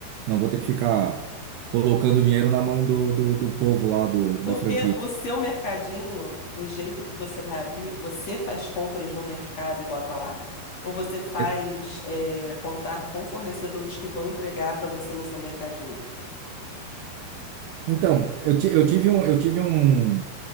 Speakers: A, on the right; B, on the left.
A: Não vou ter que ficar colocando dinheiro na mão do, do, do povo lá do,
B: Porque
A: da franquia.
B: o seu mercadinho, do jeito que você vai abrir, você faz compras no mercado e bota lá? Ou você faz
A: E-
B: é, contato com fornecedores que vão entregar para você no seu mercadinho?
A: Então, eu, ti- eu tive um, eu tive um,